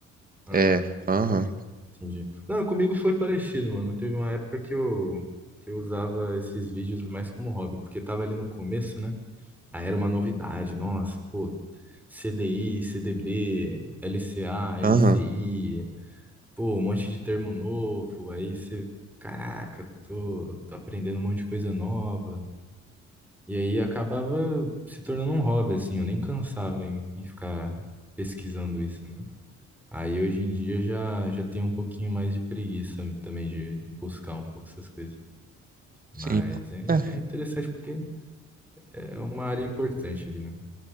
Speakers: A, in the centre; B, on the right.
A: Aham,
B: É, aham,
A: entendi. Não, comigo foi parecido, mano. Teve uma época que eu, que eu usava esses vídeos mais como hobby, porque tava ali no começo, né? Aí era uma novidade, nossa, pô, CDI, CDB, LCA, LCI,
B: aham,
A: pô, um monte de termo novo, aí você, caraca, tô, tô aprendendo um monte de coisa nova. E aí acabava se tornando um hobby, assim, eu nem cansava em, em ficar pesquisando isso, né? Aí hoje em dia já, já tenho um pouquinho mais de preguiça também de, de buscar um pouco essas coisas. Mas
B: sim.
A: é,
B: É,
A: é interessante porque é uma área importante ali, né?